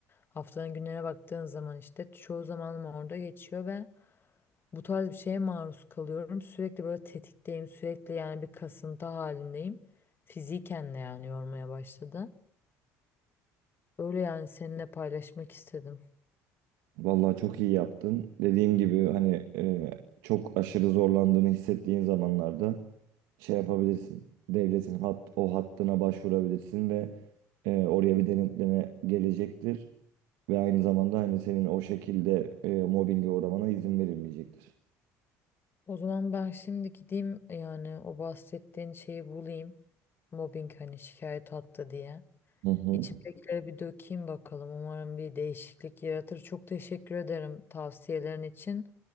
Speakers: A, on the left (about 30°); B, on the right (about 80°).
A: haftanın günlerine baktığın zaman işte çoğu zamanım orada geçiyor ve bu tarz bir şeye maruz kalıyorum. Sürekli böyle tetikteyim. Sürekli yani bir kasıntı halindeyim. Fiziken de yani yormaya başladı. Öyle yani seninle paylaşmak istedim.
B: Vallahi çok iyi yaptın. Dediğim gibi hani e, çok aşırı zorlandığını hissettiğin zamanlarda şey yapabilirsin. Devletin hat, o hattına başvurabilirsin ve e, oraya bir denetleme gelecektir. Ve aynı zamanda hani senin o şekilde e, mobbinge uğramana izin verilmeyecektir.
A: O zaman ben şimdi gideyim yani o bahsettiğin şeyi bulayım. Mobbing hani şikayet attı diye.
B: Hı hı.
A: İçimdekileri bir dökeyim bakalım. Umarım bir değişiklik yaratır. Çok teşekkür ederim tavsiyelerin için.